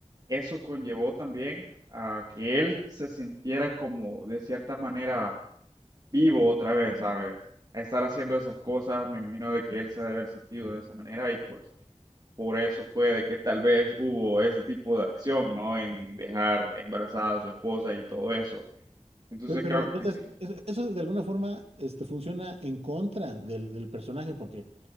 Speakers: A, on the right; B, on the right.
A: eso conllevó también a que él se sintiera como de cierta manera vivo otra vez, ¿sabes? A Estar haciendo esas cosas, me imagino de que él se ha de haber sentido de esa manera y pues por eso fue de que tal vez hubo ese tipo de acción, ¿no? En dejar embarazada a su esposa y todo eso. Entonces
B: Pe- Pero
A: creo
B: entonces,
A: que sí,
B: es- eso de alguna forma este, funciona en contra del, del personaje, porque